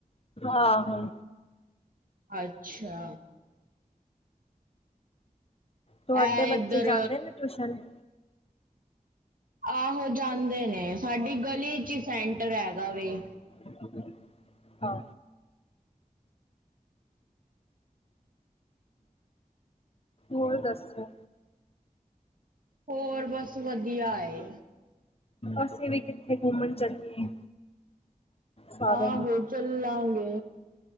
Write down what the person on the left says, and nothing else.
ਆਹੋ।
ਤੋਆਡੇ
ਬੱਚੇ
ਜਾਂਦੇ ਨੇ ਟਿਊਸ਼ਨ?
<inaudible> ਹਾਂ। ਹੋਰ ਦੱਸੋ।
ਅਸੀਂ ਵੀ ਕਿੱਥੇ ਘੁੰਮਣ ਚੱਲੀਏ ਸਾਰੇ
ਨੂੰ